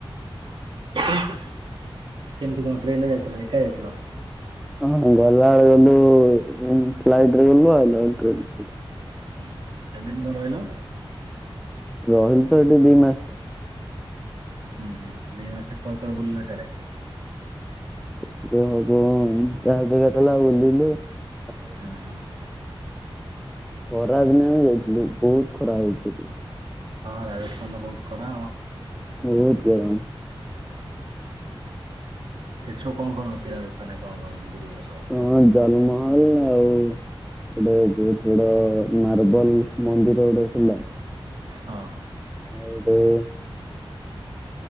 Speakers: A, on the right; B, in the centre.
A: କେମତି କଣ ଟ୍ରେନ ରେ ଯାଇଥିଲ ଏକା ଯାଇଥିଲ?
B: ହଁ ଗଲା ବେଳେ ଗଲୁ ଉଁ ଫ୍ଲାଇଟ ରେ ଗଲୁ ଆଇଲା ବେଳେ ଟ୍ରେନ ରେ ଆଇଲୁ।
A: ହୁଁ କେତେ ଦିନି କଣ ରହିଲ?
B: ରହିଲି ତ ଏଠି ଦି ମାସ।
A: ହୁଁ ହୁଁ ଦି ମାସେ କୁଆଡେ କୁଆଡେ ବୁଲିଲ ସାଡ଼େ?
B: ସେଠି ତ ହବ ଯାହା ଜାଗା ଥେଲା ବୁଲିଲୁ ଆଉ।
A: ହୁଁ
B: ଖରା ଦିନେ ଆମେ ଯାଇଥିଲୁ ବହୁତ ଖରା ହଉଛି ସେଠି।
A: ହଁ ରାଜସ୍ଥାନ ତ ବହୁତ୍ ଖରା ଆଉ
B: ବହୁତ ଗରମ
A: ସେଠି ସବୁ କଣ କଣ ଅଛି ରାଜସ୍ଥାନରେ କଣ କଣ ବୁଲିଲ? ସବୁ?
B: ହଁ ତାଜମହଲ ଆଉ ଗୋଟେ ବହୁତ ଗୁଡ଼ା ମାର୍ବଲ ମନ୍ଦିର ଗୋଟେ ଥିଲା।
A: ହଁ।
B: ଆଉ ଗୋଟେ